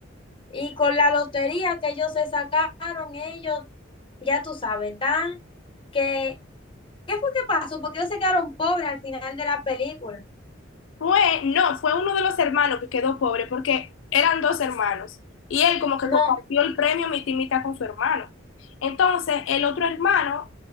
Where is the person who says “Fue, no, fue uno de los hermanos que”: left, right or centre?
Left